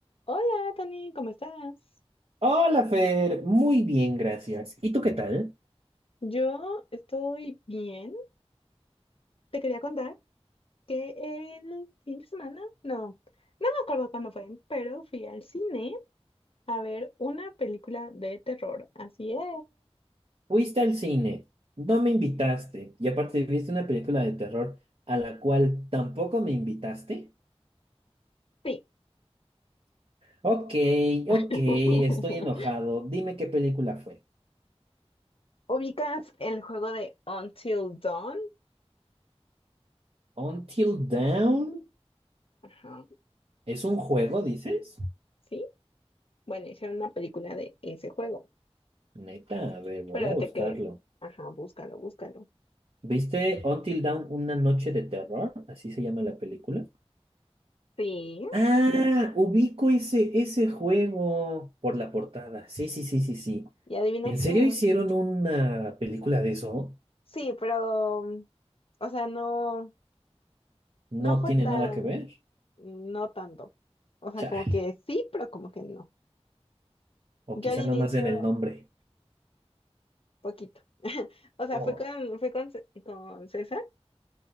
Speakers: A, on the left (about 60°); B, on the right (about 55°).
A: Hola, Tony, ¿cómo estás?
B: Hola, Fer. Muy bien, gracias. ¿Y tú qué tal?
A: Yo estoy bien. Te quería contar que el fin de semana, no, no me acuerdo cuándo fue, pero fui al cine a ver una película de terror. Así es.
B: Fuiste al cine, no me invitaste y aparte viste una película de terror a la cual tampoco me invitaste.
A: Sí.
B: Ok,
A: <laughs>
B: ok, estoy enojado. Dime qué película fue.
A: ¿Ubicas el juego de Until Dawn?
B: Until Dawn.
A: Ajá,
B: ¿Es un juego, dices?
A: sí. Bueno, hicieron una película de ese juego,
B: Neta, a ver, voy
A: pero
B: a buscarlo.
A: te que... Ajá, búscalo, búscalo.
B: ¿Viste Until Dawn, una noche de terror? Así se llama la película.
A: Sí,
B: Ah, ubico ese, ese juego por la portada. Sí, sí, sí, sí, sí.
A: y adivina
B: ¿En serio
A: qué.
B: hicieron una película de eso?
A: Sí, pero... O sea, no.
B: No
A: No fue
B: tiene
A: tan,
B: nada que ver.
A: no tanto. O sea,
B: Chale.
A: como que sí, pero como que no.
B: O
A: Yo
B: quizá
A: al inicio,
B: nada más en el nombre.
A: poquito. <laughs> O sea,
B: Oh.
A: fui con, fui con, C- con César